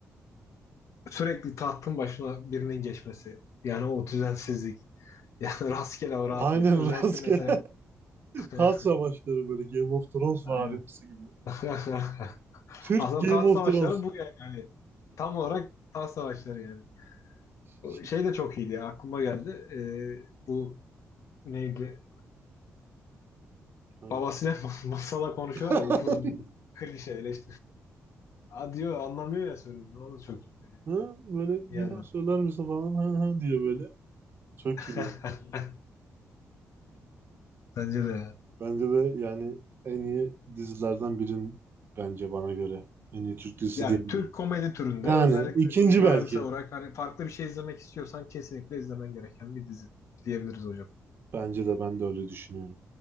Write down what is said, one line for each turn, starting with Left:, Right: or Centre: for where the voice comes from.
Left: sürekli tahtın başına birinin geçmesi. Yani o düzensizlik. <laughs> Yani rastgele o rahatlık.
Right: aynen
Left: Özellikle
Right: <laughs> rastgele
Left: mesela <laughs>
Right: tas savaşları böyle Game of Thrones
Left: Aynen.
Right: varimsi gibi.
Left: <laughs>
Right: Türk
Left: Aslında
Right: Game
Left: taht
Right: of
Left: savaşları
Right: Thrones.
Left: bu yani. Hani tam olarak taht savaşları yani. O
Right: Şey,
Left: Şey de çok iyiydi ya. Aklıma geldi. Ee, bu neydi?
Right: hangisi?
Left: Babasıyla <laughs> masala konuşuyorlar
Right: <laughs>
Left: ya upuzun <laughs> klişe eleştiri. Aa diyor anlamıyor ya sözünü. O da çok iyi
Right: Hı? Böyle
Left: bir
Right: bir
Left: yandan.
Right: daha söyler misin falan hı hı diye böyle. Çok
Left: <laughs>
Right: iyi ya.
Left: Bence de ya.
Right: Bence de yani en iyi dizilerden birin bence bana göre. En iyi Türk dizisi
Left: Yani
Right: diyebilirim.
Left: Türk komedi türünde
Right: Yani
Left: özellikle
Right: ikinci
Left: böyle dönemsel
Right: belki.
Left: olarak hani farklı bir şey izlemek istiyorsan kesinlikle izlemen gereken bir dizi diyebiliriz hocam.
Right: Bence de ben de öyle düşünüyorum.